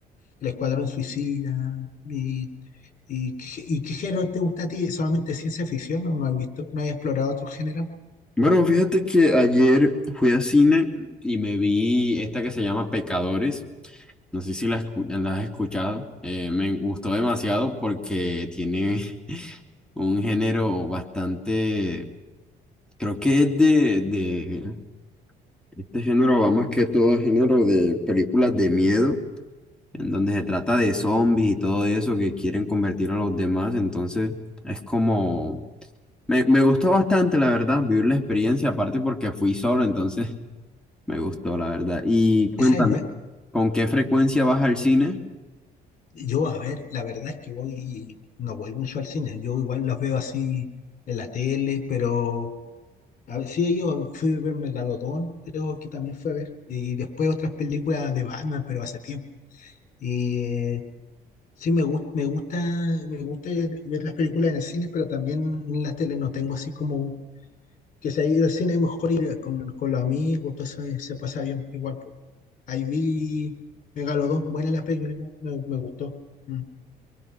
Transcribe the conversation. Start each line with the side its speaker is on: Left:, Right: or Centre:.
Left: El Escuadrón Suicida. ¿Y, y, qué, y qué género te gusta a ti? ¿Solamente ciencia ficción? ¿No, no has visto, no has explorado otro género?
Centre: Bueno, fíjate que ayer fui a cine y me vi esta que se llama Pecadores. No sé si la, escu- la has escuchado. Eh, me gustó demasiado porque tiene un género bastante, creo que es de, de, este género va más que todo a género de películas de miedo. en donde se trata de zombies y todo eso que quieren convertir a los demás. Entonces, es como... Me, me gustó bastante, la verdad, vivir la experiencia, aparte porque fui solo, entonces <laughs> me gustó, la verdad. Y cuéntame,
Left: Esa es nue-
Centre: ¿con qué frecuencia vas al cine?
Left: Yo, a ver, la verdad es que voy, no voy mucho al cine. Yo igual las veo así en la tele, pero A ver, sí, yo fui a ver Megalodón, creo que también fue a ver. Y después otras películas de Batman, pero hace tiempo. Y eh, sí, me gusta, me gusta, me gusta ver las películas en el cine, pero también en la tele no tengo así como que si ir al cine es mejor ir con, con los amigos, todo eso eh, se pasa bien igual. po. Ahí vi Megalodón, buena la película, igual, me, me gustó. Mm.